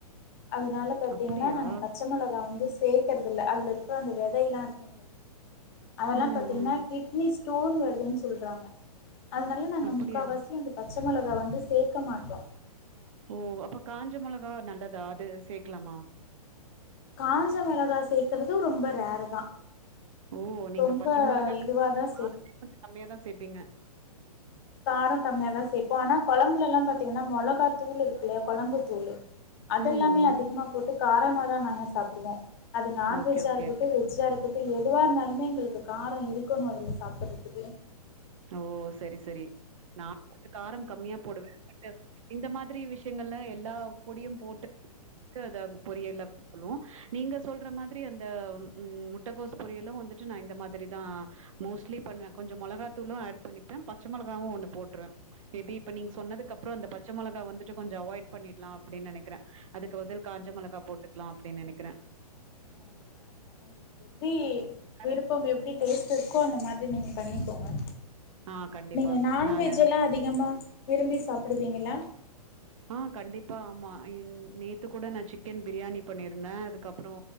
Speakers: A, on the left; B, on the right.
A: அதனால பாத்தீங்கன்னா
B: அப்படியா?
A: நாங்க பச்ச மொளகா வந்து சேர்க்கறதில்ல அதுல ருக்க அந்த விதையெல்லா ருக்கு அதெல்லா
B: ம்,
A: பாத்தீங்ன்னா
B: ம்.
A: கிட்னி ஸ்டோன் வருதுன்னு சொல்றாங்க அதனால நாங்க
B: அப்படியா?
A: முக்காவாசி அந்த பச்ச மொளகா வந்து சேக்க மாட்டோ
B: ஓ அப்ப காஞ்ச மொளகா நல்லதா அது சேக்கலாமா
A: காஞ்ச மொளகா சேக்கறது ரொம்ப ரேர் தா
B: ஓ நீங்க
A: ரொம்ப
B: பச்ச மொளகா <inaudible>
A: இதுவாதா சேப்போ
B: காரதுக்கு கம்மியா தா சேப்பீங்க
A: காரம் கம்மியா தா சேப்போ ஆனா கொழம்புலல்லா பாத்தீங்கன்னா மொளகா தூள் இருக்கில்லையா கொழம்பு தூள்ளு அதெல்லாமே
B: ம், ம்.
A: அதிகமா போட்டு காரமா தா நாங்க சாப்டுவோ அது நான்வெஜ்ஜா
B: ஓகே, ஓகே.
A: இருக்கட்டு வெஜ்ஜா இருக்கட்டு இப்ப எதுவா இருந்தாலுமே எங்களுக்கு காரம் இருக்கனு அதுல சாப்புட்றதுக்கு
B: ஓ செரி செரி நா கொஞ்ச காரம் கம்மியா போடுவே <inaudible> இந்த மாதிரி விஷயங்கள்லா எல்லா பொடியும் போட்டு <inaudible> அங்க அத பொரியல்ல ளு நீங்க சொல்ற மாத்ரி அந்த உம் முட்டகோஸ் பொரியலு வந்துட்டு நா இந்த மாதிரிதா மோஸ்ட்லி பண்வே கொஞ்ச மொளகா தூளு ஏட் பண்ணிப்பே பச்ச மொளகாவு ஒன்னு போட்ருவே மேபி இப்ப நீங் சொன்னதுக்கப்றோ அந்த பச்ச மொளகா வந்துட்டு கொஞ்ச அவாய்ட் பண்ணீட்லா அப்டின் நெனைக்கறே அதுக்கு பதில் காஞ்ச மொளகா போட்டுக்லா அப்டின் நெனைக்கறே
A: ஆ ஆமா உங்ளுக் எப்டி
B: வேற
A: விருப்பம் எப்டி டேஸ்ட் இருக்கோ அந்த மாதிரி நீங்க பண்ணிக்கோங்க
B: ஆ கண்டிப்பா.
A: நீங்க நான்வெஜ்
B: நானு
A: எல்லா அதிகமா விரும்பி சாப்டுவீங்களா
B: ஆ கண்டிப்பா ஆமா ன் நேத்து கூட நா சிக்கன் பிரியாணி பண்ணியிருந்தே அதுக்கப்பறோ